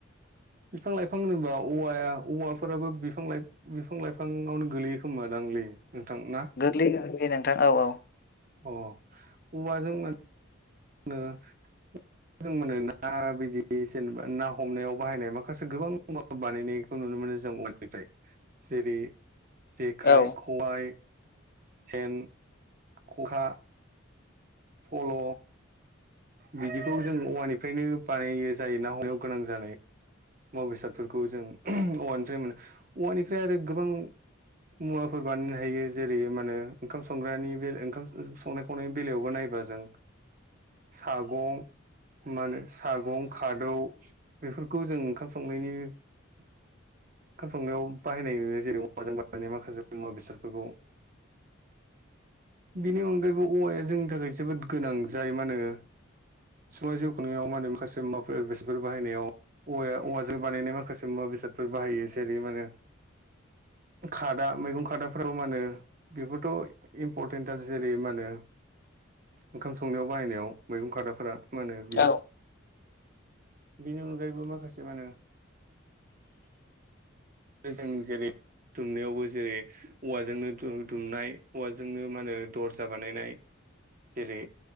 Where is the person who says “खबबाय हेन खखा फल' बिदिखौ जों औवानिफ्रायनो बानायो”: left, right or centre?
Right